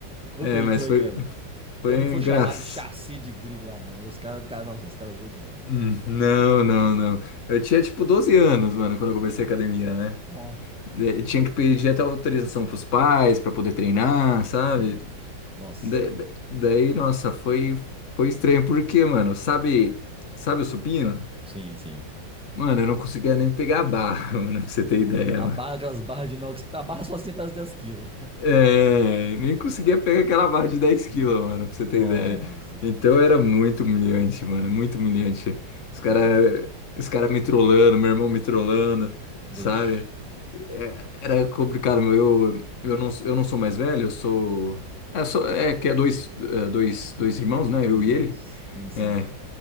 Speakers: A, in the centre; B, on the left (about 40°).
A: Conta
B: É,
A: aí
B: mas
A: como é
B: foi,
A: que era. Você
B: foi
A: não foi
B: engraçado.
A: chamar de chassi de grilo lá, não, né? Os caras ficaram, nossa, os caras zoam demais, velho.
B: Hum, Não, não, não. Eu tinha tipo 12 anos, mano, quando eu comecei a academia, né?
A: Nó.
B: Eh, Tinha que pedir até autorização pros pais para poder treinar, sabe?
A: Sim. Nossa.
B: Da- da- daí, nossa, foi, foi estranho. Porque, mano, sabe, sabe o supino?
A: Sim, sim.
B: Mano, eu não conseguia nem pegar a barra, <laughs> mano, pra você ter ideia,
A: A barra, aquelas barras de inox, a barra sozinha pesa dez quilos.
B: É, nem conseguia pegar aquela barra de dez
A: Ah,
B: quilos, mano, pra você
A: Nossa.
B: ter ideia. Então era muito humilhante, mano, muito humilhante. Os cara,
A: Você tá doido.
B: os cara me trollando, meu irmão me trollando,
A: Vixe.
B: sabe? É, era complicado, meu. Eu, eu não, eu não sou mais velho, eu sou. É, sou, é que é dois, é, dois, dois irmãos, né?
A: Dois
B: Eu
A: irmãos?
B: e ele.
A: Hum, sim.
B: É,